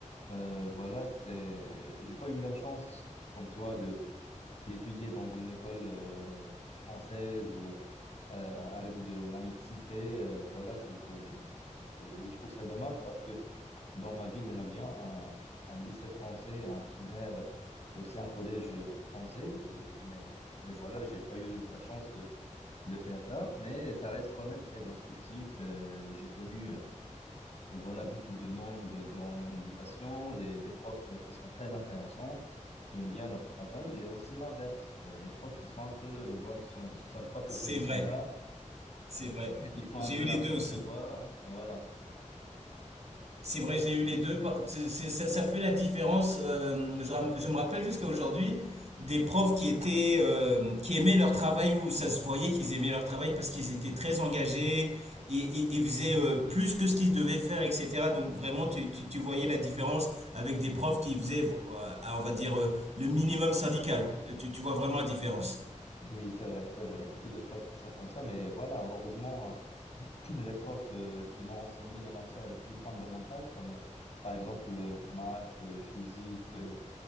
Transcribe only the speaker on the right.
C'est
vrai,
c'est vrai.
J'ai
eu les
deux aussi.
C'est vrai,
j'ai
eu les deux. Par- c'est- c'est- ça, ça fait la différence. euh, je, ram- je me rappelle jusqu'à aujourd'hui des profs qui étaient, euh, qui aimaient leur travail où ça se voyait qu'ils aimaient leur travail parce qu'ils étaient très engagés et et- ils faisaient euh, plus que ce qu'ils devaient faire, etc. Donc vraiment, tu, tu, tu voyais la différence avec des profs qui faisaient, euh, on va dire, euh, le minimum syndical. Tu, tu vois vraiment la différence.